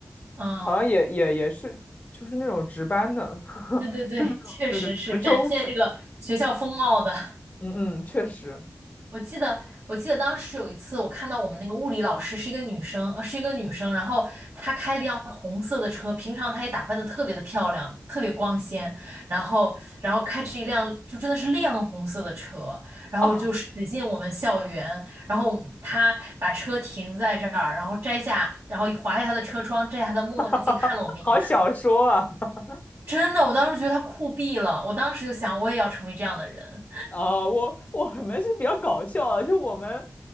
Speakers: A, on the right; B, on the left.
A: 嗯，
B: 好像也也也是就是那种值班的，<laughs>
A: 对对对，
B: 就那种对对值周值，
A: 确实是展现这个学校风貌的。
B: 嗯嗯，确实。
A: 我记得，我记得当时有一次，我看到我们那个物理老师是一个女生，呃，是一个女生，然后她开了辆红色的车，平常她也打扮的特别的漂亮，特别光鲜，然后，然后开着一辆就真的是亮红色的车，然后就驶进我们校园，
B: 哦，
A: 然后她把车停在这儿，然后摘下，然后划下她的车窗，摘下她的墨镜，
B: <laughs>
A: 看了我们一眼，
B: 好小说啊！<laughs>
A: 真的，我当时觉得她酷毙了，我当时就想，我也要成为这样的人，
B: 啊、我我们是比较搞笑的，就我们